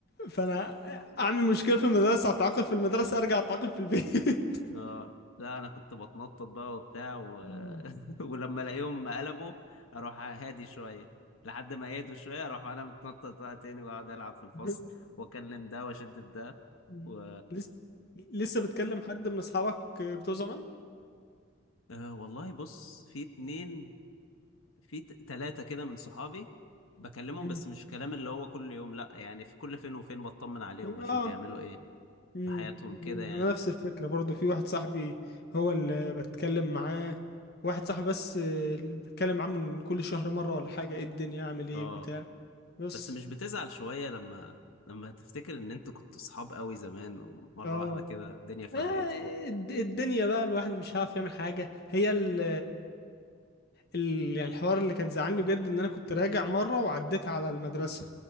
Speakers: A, on the left; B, on the left.
A: فانا اعمل مشكلة في المدرسة اتعاقب في المدرسة ارجع اتعاقب في البيت <laughs>
B: اه لا انا كنت بتنطط بقى وبتاع و...
A: مم.
B: <laughs> ولما الاقيهم قلبوا اروح هادي شويه لحد ما يهدوا شويه اروح انا متنطط بقى تاني واقعد العب في الفصل
A: مم.
B: واكلم ده واشد في ده
A: مم.
B: و...
A: لسه لسه بتكلم حد من اصحابك بتوع زمان
B: آه والله بص في اتنين في ت- تلاتة كده من صحابي بكلمهم
A: مم.
B: بس مش كلام اللي هو كل يوم لا يعني في كل فين وفين بطمن عليهم
A: كن-
B: بشوف
A: اه
B: بيعملوا ايه
A: مم.
B: في حياتهم كده يعني
A: نفس الفكرة برضو في واحد صاحبي هو اللي بتكلم معاه واحد صاحبي بس آه، اللي بتكلم معاه من كل شهر مرة ولا حاجة ايه الدنيا اعمل ايه
B: اه
A: بتاع بس
B: بس مش بتزعل شوية لما لما تفتكر ان انتوا كنتوا صحاب قوي زمان ومرة
A: اه
B: واحدة كده الدنيا فرقتكم
A: آه، الد- الدنيا بقى الواحد مش عارف يعمل حاجة هي ال ال- يعني الحوار اللي كان زعلني بجد ان انا كنت راجع مرة وعديت على المدرسة